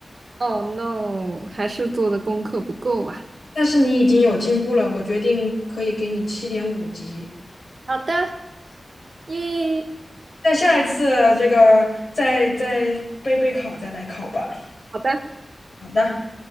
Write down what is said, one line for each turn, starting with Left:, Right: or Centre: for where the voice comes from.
Right: o h no，还是做的功课不够啊。
Left: 但是你已经有进步了，我决定可以给你七点五级，
Right: 好的，耶。
Left: 那下一次这个再再备备考再来考吧。
Right: 好的。
Left: 好的。